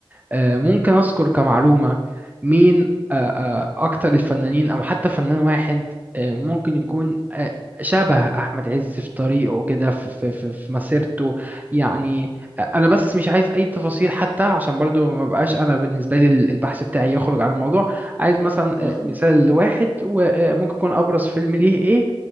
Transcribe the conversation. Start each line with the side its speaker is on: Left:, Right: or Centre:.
Right: آه، ممكن
Left: م.
Right: أذكر كمعلومة مين آه، آه، أكتر الفنانين أو حتى فنان واحد آه، ممكن يكون
Left: م.
Right: آه، شبه أحمد عز في طريقه كده في, في, في, في مسيرته يعني آه، أنا بس مش عايز أي تفاصيل حتى عشان برضو ما بقاش أنا بالنسبة لي البحث بتاعي يخرج عن الموضوع عايز مثلا
Left: تمام
Right: آه، مثال لواحد وممكن يكون أبرز فيلم ليه إيه